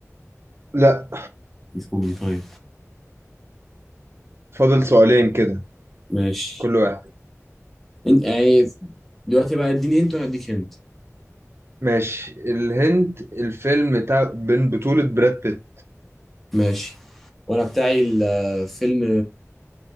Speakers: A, on the right; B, in the centre.
A: لا
B: مش كوميدي طيب
A: فاضل سؤالين كده
B: ماشي
A: كل واحد
B: انت يعني دلوقتي بقى اديني هنت وانا اديك هنت
A: ماشي الهند الفيلم بتاع بين بطولة براد بيت
B: ماشي وانا بتاعي الفيلم